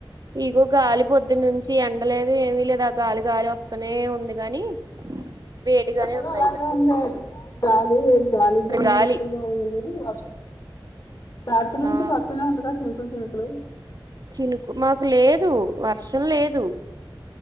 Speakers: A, on the right; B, on the left.
A: ఇగో గాలి పొద్దు నుంచి యన్ పడలేదు ఏమీ లేదు గాలి గాలి వస్తనే ఉంది గాని వేడిగానే
B: ఇక్కడ కూడా
A: ఉంది
B: అలాగే
A: అయినా
B: ఉందమొ ఊ గాలి గాలిదుమ్ము
A: గాలి
B: ఎక్కువగా ఉంది వర్షం రాత్రి నుంచి
A: ఆ
B: పడుతూనే ఉంది కదా అంకుల్ పెల్కుల్
A: చినుకు మాకు లేదు వర్షం లేదు.